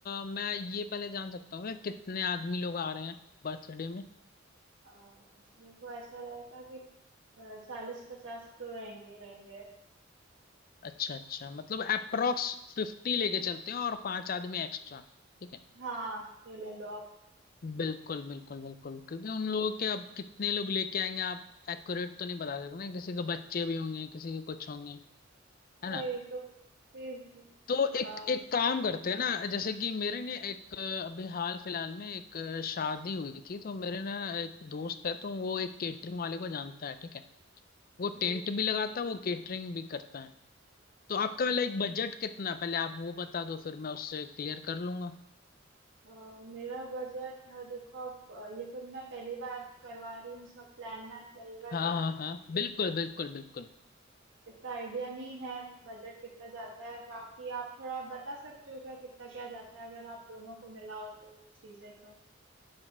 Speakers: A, on the left (about 50°); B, on the right (about 85°).
A: मैं ये पहले जान सकता हूँ कि कितने आदमी लोग आ रहे हैं बर्थडे में
B: अ, मेरे को ऐसा रहेगा कि चालीस पचास तो रहेंगे रहेंगे
A: अच्छा अच्छा मतलब अप्रोक्स फिफ्टी लेके चलते हैं और पांच आदमी एक्स्ट्रा ठीक है
B: हाँ ये ले लो आप
A: बिल्कुल बिल्कुल बिल्कुल क्योंकि उन लोगों के अब कितने लोग लेके आएंगे आप एक्यूरेट तो नहीं बता सकते ना किसी के बच्चे भी होंगे किसी के कुछ होंगे है
B: वही
A: ना।
B: तो प्लीज
A: तो
B: आ,
A: एक एक काम करते हैं ना जैसे कि मेरे ने एक अ, अभी हाल फिलहाल में एक अ, शादी हुई थी तो मेरे ना एक दोस्त है तो वो एक केटरिंग वाले को जानता है ठीक है वो टेंट
B: please,
A: भी लगाता है वो केटरिंग भी करता है तो आपका लाइक बजट कितना है? पहले आप वो बता दो फिर मैं उससे क्लियर कर लूंगा
B: आ, मेरा बजट देखो आप अ, ये तो मैं पहली बार करवा रही हूँ सब प्लान व्लान पहली बार
A: हाँ
B: कर रही
A: हाँ
B: हूँ
A: हाँ बिल्कुल बिल्कुल बिल्कुल
B: इतना आइडिया नहीं है बजट कितना जाता है बाकी आप थोड़ा बता सकते हो क्या कितना क्या जाता है अगर आप दोनों को मिलाओ तो चीजें तो